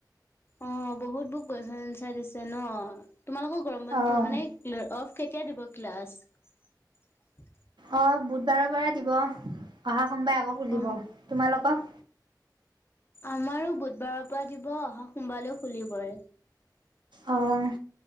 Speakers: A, on the left (about 30°); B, on the right (about 80°).
A: অ' বহুত বোৰ কুৱেশ্যন এনচাৰ দিছে ন, তোমালোকৰ গৰম বন্ধ
B: অ'।
A: মানে ক অফ কেতিয়া দিব ক্লাছ।
B: অ' বুধবাৰৰ পৰা দিব অহা সোমবাৰে আকৌ খুলিব
A: অ
B: তোমালোকৰ?
A: আমাৰো বুধবাৰৰ পৰা দিব অহা সোমবাৰলেও খুলিবই।
B: অঁ